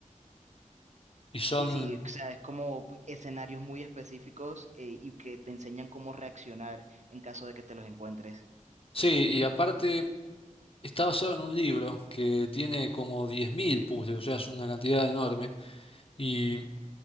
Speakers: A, on the left; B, on the right.
A: Y son,
B: Sí, sí, o sea, es como escenarios muy específicos eh, y que te enseñan cómo reaccionar en caso de que te los encuentres.
A: sí, y aparte está basado en un libro que tiene como 10.000 puzzles, o sea, es una cantidad enorme, y